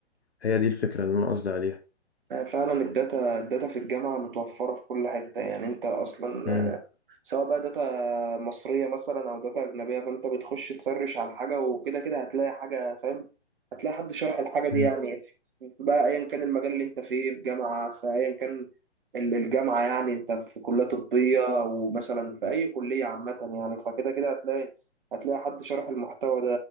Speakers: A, on the left; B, on the right.
A: هي دي الفكرة اللي انا قصدي عليها
B: يعني فعلا الداتا الداتا في الجامعة متوفرة في كل حتة يعني أنت أصلا
A: امم
B: سواء بقى داتا مصرية مثلا أو داتا أجنبية فأنت بتخش تسرش على حاجة وكده كده هتلاقي حاجة فاهم هتلاقي حد شرح الحاجة دي
A: امم
B: يعني في- بقى أيا كان المجال اللي أنت فيه في جامعة في أيا كان ال- الجامعة يعني أنت في كلية طبية ومثلا في أي كلية عامة يعني فكده كده هتلاقي هتلاقي حد شرح المحتوى ده